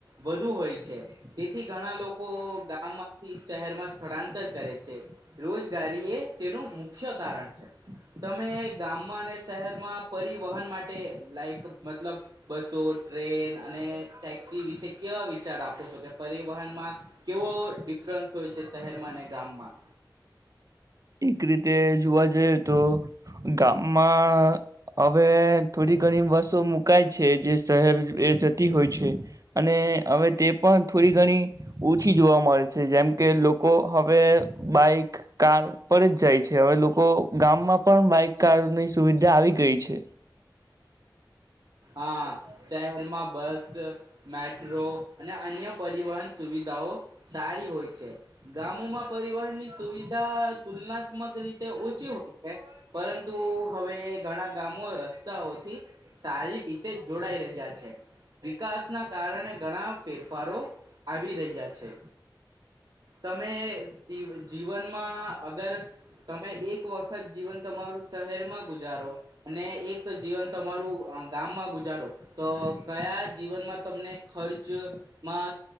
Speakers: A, on the right; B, on the right.
A: વધુ હોય છે તેથી ઘણા લોકો શહેરમાં સ્થળાંતર કરે છે રોજગારી એ તેનું મુખ્ય કારણ છે તમે ગામમાં અને શહેરમાં પરિવહન માટે લાઈક મતલબ બસો ટ્રેન અને ટેક્સી વિશે કેવા વિચાર રાખો છો કે પરિવહનમાં કેવો ડિફરન્સ હોય છે શહેરમાં અને ગામમાં
B: એક રીતે જોવા જઈ. તો ગામમાં હવે થોડી ઘણી બસો મુકાય છે જે શહેર એ જતી હોય છે અને હવે તે પણ થોડી ઘણી ઓછી જોવા મળે છે જેમ કે લોકો હવે બાઈક કાર. પરજ જાય છે હવે લોકો ગામમાં પણ બાઈક કારની સુવિધા આવી ગઈ છે.
A: હા શહેરમાં બસ મેટ્રો અને અન્ય પરિવહન સુવિધાઓ સારી હોય છે ગામોમાં પરિવહનની સુવિધા તુલના રીતે ઓછી હોય છે. પરંતુ, હવે ઘણા ગામો રસ્તાઓથી સારી. રીતે જોડાઈ રહ્યા છે, વિકાસના કારણે ઘણા ફેરફારો આવી રહ્યા છે તમે જીવનમાં અગર તમે એક વખત જીવન તમારું શહેર માં ગુજારો. અને એક જીવન તમારું ગામમાં ગુજારો તો કયા જીવનમાં તમને ખર્ચમાં